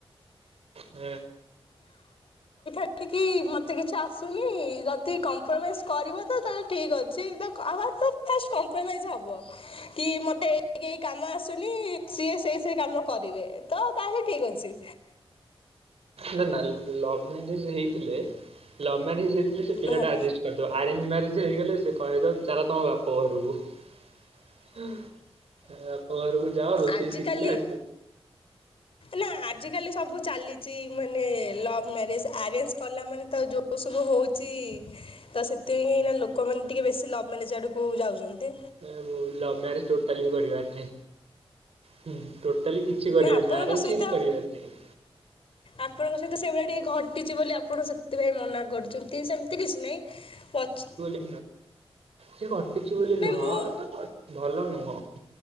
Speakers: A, on the right; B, on the left.
A: ଏ
B: ଏଠିକି ମତେ କିଛି ଆସୁନି ଯଦି କମ୍ପ୍ରୋମାଇଜ୍ କରିବ ତ ତାହେଲେ ଠିକଅଛି ଦକ୍ ଆମର ତ ଫାଷ୍ଟ କମ୍ପ୍ରୋମାଇଜ୍ ହବ। କି ମତେ ଏଇ କେଇ କାମ ଆସୁନି ସିଏ ସେଇ ସେଇ କାମ କରିବେ। ତ ତାହେଲେ ଠିକ ଅଛି।
A: ନା ନା ଲ-ଲଭ ମ୍ୟାରେଜ ହେଇଥିଲେ ଲଭ ମ୍ୟାରେଜ ହେଇଥିଲେ ସେ ପିଲାଟା
B: ହଁ
A: ଆରଜେଷ୍ଟ୍ କରିଦବ ଆରେଞ୍ଜ ମ୍ୟାରେଜ ହେଇଗଲେ ସେ କହିଦବ ଚାଲ ତମ ବାପା ଘରକୁ। ଏ ବାପ ଘରକୁ ଯାଅ ରୋଷେଇ
B: ଆଜିକାଲି
A: ଶିଖିଲେ ଆସିବ।
B: ନା ଆଜିକାଲି ସବୁ ଚାଲିଚି ମାନେ ଲଭ୍ ମ୍ୟାରେଜ ଆରେଞ୍ଜ କଲା ମାନେ ତ ଯୋଉ ଓ ସବୁ ହୋଉଚି ତ ସେଥି ହିଁ ଏନା ଲୋକମାନେ ଟିକେ ବେଶୀ ଲଭ୍ ମାନେ ସ୍ୟାଡ଼କୁ ଯାଉଚନ୍ତି।
A: ଏ ବୋଉ ଲଭ୍ ମ୍ୟାରେଜ ଟୋଟାଲି ବି କରିବାନିଁ ହୁଁ ଟୋ ତାହେଲେ କିଛି କରିବନି
B: ନା ଆପଣଙ୍କ
A: ଆରେଞ୍ଜ୍
B: ସହିତ
A: ହେଇନେ କରିବାର ନାଇଁ।
B: ଆପଣଙ୍କ ସହିତ ସେଇଭଳିଆ ଟିକେ ଘଟିଚି ବୋଲି ଆପଣ ସେଥିପାଇଁ ମନା କରୁ ସେମତି ସେମତି କିଛି ନାଇଁ ପଛ୍
A: ଉଁ ସେ ଘଟିଛି ବୋଲି
B: ନାଇଁ
A: ନୁହଁ
B: ମୁଁ
A: ତ ଭଲ ନୁହଁ।